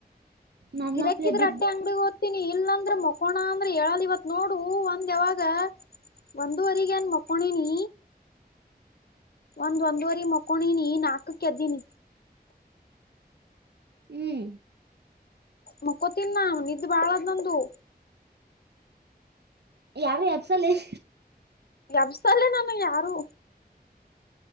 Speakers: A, on the right; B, on the left.
A: ನನ್ನಪ್ಲೆ
B: ಗಿರಕ್ಕಿದ್ರೆ
A: ಬಿದ್ದ
B: ಅಟ್ಟೆ ಅಂಗಡಿ ಹೊ ತೀನಿ ಇಲ್ಲ ಅಂದ್ರ ಮಕೋಣ ಅಂದ್ರ ಹೇಳಳಲ್ ಇವತ್ ನೋಡು ಒಂದ್ ಯಾವಾಗ ಒಂದೂವರಿ ಗೇನ್ ಮಾಕೊಂಡೀನಿ ಒಂದ್ ಒಂದುವರಿ ಮಕೊಂಡಿನಿ ನಾಕಕ್ ಎದ್ದಿನಿ
A: ಹ್ಮ್
B: ಮಕ್ಕೋತಿನ್ ನ ನಿದ್ದೆ ಬಾಳದ ನಂದು
A: ಯಾರು ಎಬಿಸ್ಸಲ್ಲೇನ್
B: ಯಬ್ಸಲ್ಲೇ ನಾನ್ನ ಯಾರು